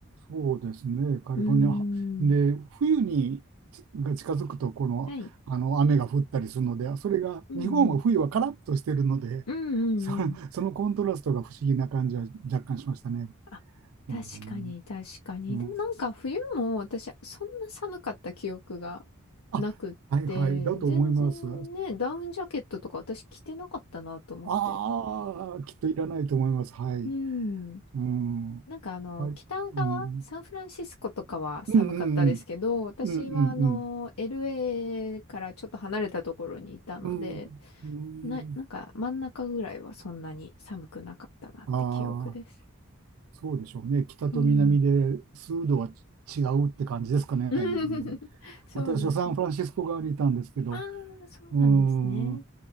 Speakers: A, on the right; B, on the left.
A: そうですね。カリフォルニア。
B: ーん。
A: で、冬にちが近づくと、この、
B: はい。
A: あの雨が降ったりするので、それが、
B: うんうん。
A: 日本は冬はカラッとしてるので、
B: うんうんうん。
A: <laughs> そ、そのコントラストが不思議な感じは若干しましたね。
B: あ確かに、
A: うん、
B: 確かに。
A: うん
B: でもなんか冬も私、そんな寒かった記憶が
A: あ、
B: なくって、
A: はいはい、だと思います。
B: 全然ね、ダウンジャケットとか私着てなかったなと思って。
A: ああ、きっといらないと思います。はい。
B: うん。
A: うん、
B: なんかあの、
A: はい。
B: 北側、
A: うん、
B: サンフランシスコとかは寒かったですけど、
A: うん、うん、
B: 私はあの、
A: うん、うん、
B: LA からちょっと離れたところにいたので、
A: うん、うん、
B: な、なんか真ん中ぐらいはそんなに寒くなかったなって記憶です。
A: うん、ああ。そうでしょうね。北と南で数度は違うって感じですかね。
B: うん。<laughs>
A: うん、
B: そうですね。
A: 私はサンフランシスコ側にいたんですけど、
B: ああ、そうなんですね。
A: うーん、